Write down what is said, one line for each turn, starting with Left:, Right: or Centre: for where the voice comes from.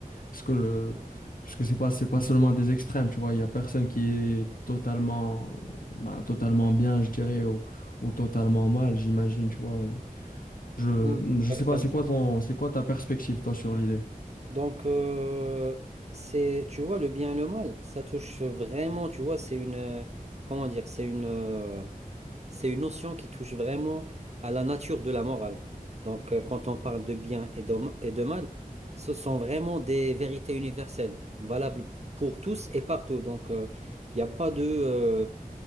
Left: parce que, euh, parce que c'est pas, c'est pas seulement des extrêmes, tu vois. Il y a personne qui est totalement, ben, totalement bien, je dirais, ou, ou totalement mal, j'imagine, tu vois. Et Je,
Right: Mm,
Left: je
Right: Exactement.
Left: sais pas, c'est quoi ton, c'est quoi ta perspective, toi, sur l'idée?
Right: Donc, euh, c'est, tu vois, le bien et le mal, ça touche vraiment, tu vois, c'est une, euh, comment dire, c'est une, euh, c'est une notion qui touche vraiment à la nature de la morale. Donc, euh, quand on parle de bien et de, et de mal, ce sont vraiment des vérités universelles, valables pour tous et partout. Donc, euh, il n'y a pas de, euh,